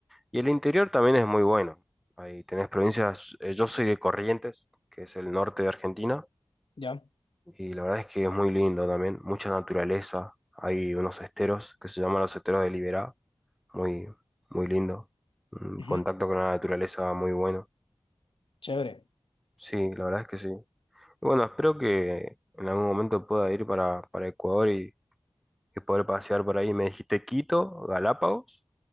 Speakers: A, in the centre; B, on the left.
A: Y el interior también es muy bueno. Ahí tenés provincias, eh, yo soy de Corrientes, que es el norte de Argentina,
B: ¿Ya?
A: y la verdad es que es muy lindo también, mucha naturaleza. Hay unos esteros que se llaman los esteros de Liberá, muy, muy lindo. Un
B: Ujú.
A: contacto con la naturaleza muy bueno.
B: Chévere.
A: Sí, la verdad es que sí. Y bueno, espero que en algún momento pueda ir para, para Ecuador y, y poder pasear por ahí. Me dijiste Quito, Galápagos.